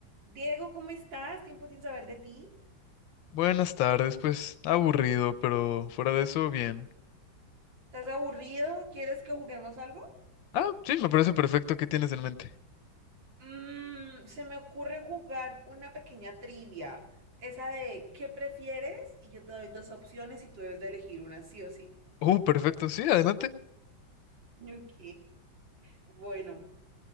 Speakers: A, on the right; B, on the left.
A: Diego, ¿cómo estás? Tiempo sin saber de ti.
B: Buenas tardes, pues aburrido, pero fuera de eso, bien.
A: ¿Estás aburrido? ¿Quieres que juguemos algo?
B: Ah, sí, me parece perfecto. ¿Qué tienes en mente?
A: Mm, se me ocurre jugar una pequeña trivia. Esa de ¿qué prefieres? Y yo te doy dos opciones y tú debes de elegir una sí o sí.
B: Uh, perfecto, sí, adelante.
A: Ok. Bueno,